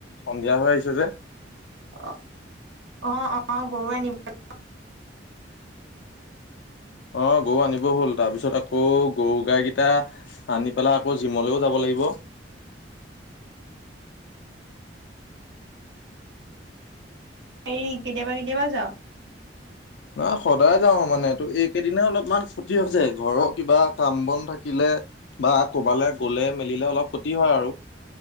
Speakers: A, on the left; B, on the right.
A: সন্ধিয়া হৈ আহিছে যে।
B: অঁ অঁ অঁ গৰু আনিব-
A: অঁ গৰু আনিব হ'ল তাৰপিছত আকৌ গৰু গাইগিটা- আনি পেলাই আকৌ জিমলেও যাব লাগিব।
B: এই কেতিয়াবা কেতিয়াবা যাওঁ।
A: না সদায় যাওঁ মানে তো এইকেইদিনে অলপমান খতি হৈছে, ঘৰৰ কিবা কাম বন থাকিলে- বা ক'বালে গ'লে মেলিলে অলপ খতি হয় আৰু।